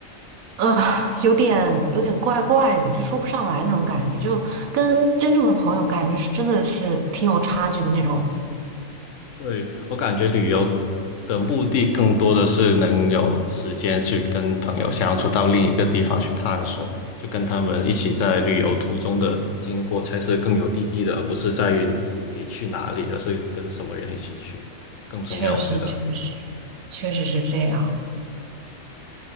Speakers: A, on the right; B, on the left.
A: 呃，有点有点怪怪的，就说不上来那种感觉，就跟真正的朋友感觉是真的是挺有差距的那种。
B: 对，我感觉旅游的目的更多的是能有时间去跟朋友相处，到另一个地方去探索，就跟他们一起在旅游途中的经过才是更有意义的，而不是在于你去哪里，而是跟什么人一起去更重要，
A: 确实，
B: 我觉得。
A: 确实，确实是这样。